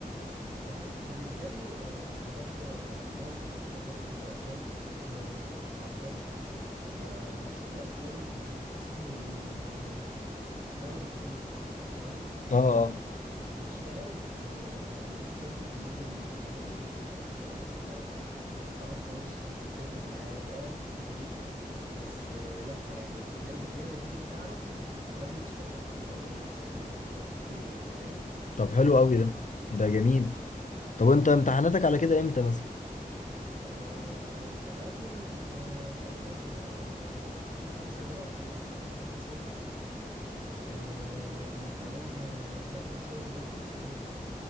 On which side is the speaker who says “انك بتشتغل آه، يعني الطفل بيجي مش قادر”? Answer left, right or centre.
Right